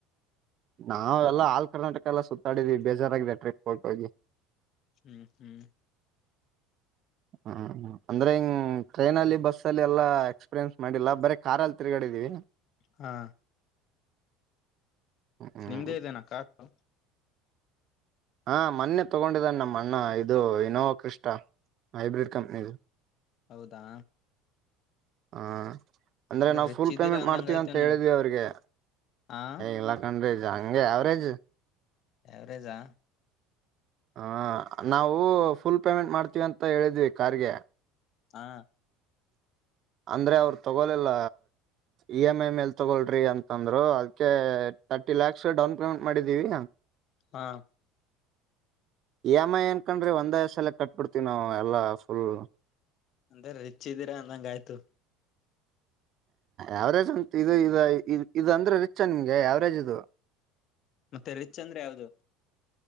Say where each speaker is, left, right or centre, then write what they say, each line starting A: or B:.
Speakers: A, on the right; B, on the left.
A: ನಾವೆಲ್ಲಾ ಆಲ್ ಕರ್ನಾಟಕ ಎಲ್ಲ ಸುತ್ತಾಡಿದ್ವಿ ಬೇಜಾರಾಗಾಗಿದೆ ಟ್ರಿಪ್ ಹಟ್ಟ ಹೋಗಿ
B: ಹ್ಮ್ ಹ್ಮ್
A: ಹ್ಮ ಅಂದ್ರೆ ಹ್ ಟ್ರೈನ ಅಲ್ಲಿ ಬಸ್ಸ ಅಲ್ಲಿ ಎಲ್ಲಾ ಎಕ್ಸ್ಪೀರಿಯನ್ ಮಾಡಿಲ್ಲ ಬರೇ ಕಾರ್ ಅಲ್ಲಿ ತಿರುಗಾಿದೀ
B: ಹಾ
A: ಹ್ಮ್
B: ನಿಮ್ದೇ ಇದೇನಾ ಕು
A: ಹಾ ಮೊನ್ನೆ ತಗೊಂಡಿದ್ದಾನ ನಮ್ಮ ಅಣ್ಣ ಇದು ಇನೋವಾ ಕ್ರಷ್ಟ ಹೈಬ್ರಿಡ್ ಕಂಪನಿದು
B: ಹೌದಾ
A: ಹಾ ಅಂದ್ರೆ ನಾವವು
B: ರಿಚ್
A: ಫುಲ್
B: ಇದ್ದೀರಾ
A: ಪೇಮೆಂಟ್
B: ಅಂದಂಗ
A: ಮಾಡ್ತೀವಿ
B: ಆಯ್ತು
A: ಅಂತ ಹೇಳಿದ್ವಿ
B: ನೀವು
A: ಅವ್ರಿಗೆ
B: ಹ
A: ಇಲ್ಲಾ ಕಂಡ್ರಿಜ ಹಂಗೆ ಅವಾವರೇಜ್
B: ಎವರೇಜಾ
A: ಹ ನಾವು ಫುಲ್ ಪೇಮೆಂಟ್ ಮಾಡ್ತೀವಿ ಅಂತ ಹೇಳಿದ್ವಿ ಕಾರ್ ಗೆ
B: ಹಾ
A: <inaudible> ಅಂದ್ರೆ ಅವ್ರು ತಗೊಲಿಲ್ಲ ಇ ಎಮ್ ಐ ಮೇಲ್ ತಗೊಳ್ರಿ ಅಂತಂದ್ರು ಅದಕೆ ತರ್ಟಿ ಲಕ್ಸ್ ಡೌನ್ ಪೇಮೆಂಟ್ ಮಾಡಿದ್ದೀವಿ
B: ಹಾ
A: ಇ ಏಮ್ ಐ ಏನ್ಕಂಡ್ರಿ ಒಂದ ಸಲ ಕಟ್ಬಿ ಬಿಡ್ತೀವಿ ನಾವು ಎಲ್ಲಾ ಫುಲ್
B: ಅಂದ್ರೆ ರಿಚ್ ಇದ್ದೀರಾ ಅಂದಂಗ ಆಯ್ತು
A: ಯಾವರೇಜ್ ಅಂತ ಇದು ಇ ಇ ಇದು ಅಂದ್ರೆ ರಿಚ್ ನಿಮ್ಗೆ ಯಾವರೇಜ್ ಇದು
B: ಮತ್ತೆ ರಿಚ್ ಅಂದ್ರೆ ಯಾವ್ದು